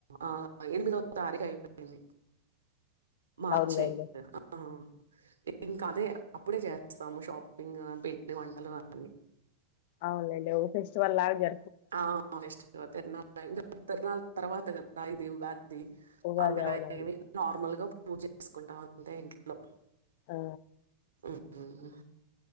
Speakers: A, on the right; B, on the left.
A: ఆ ఎందు. తారీఖ ఐపెంది. మార్చి
B: అవునులేండి
A: <unintelligible> ఇంకా అదే అప్పుడే చేస్తాము షాపింగ్ పిండి వంటలు అన్ని.
B: అవునండి ఓపేస్. వళ్లగా.
A: ఆ వేస్ట్. ధో తీర్ణల్ <unintelligible> ఐతర్వాత <unintelligible> గాయి ఇగా ఉగాది. తీ
B: ఉగాది
A: అంతగా
B: అవునవును
A: నార్మల్ గా. పూజ చేసుకుంటాం అంతే ఇంట్లో
B: ఆ
A: హ్మ్.